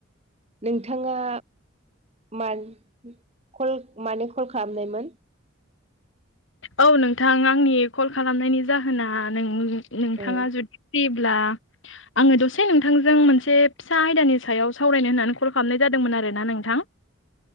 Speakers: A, on the right; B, on the left.
A: नोंथाङा मानो कल मानो कल खालामनायमोन?
B: औ नोंथां आंनि कल खालामनायनि जाहोना नों नोंथाङा
A: औ
B: जुदि फ्रि <inaudible> आङो दसे नोंथांजों मोनसे फिसा आयदानि सायाव सावरायनो होननानै कल खालामनाय जादोंमोन आरो ना नोंथां